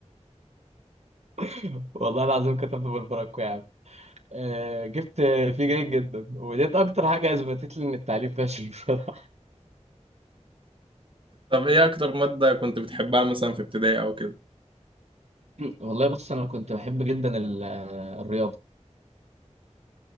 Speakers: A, on the right (about 65°); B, on the right (about 45°).
A: <laughs> والله العظيم كتبت بالفرنكو يا عم آه، جبت فيه جيد جدا وديت اكتر حاجة اثبتت لي ان التعليم فاشل <laughs> بصراحة
B: طب ايه اكتر مادة كنت بتحبها مثلا في ابتدائي او كده
A: والله بص انا كنت بحب جدا ال- الرياضه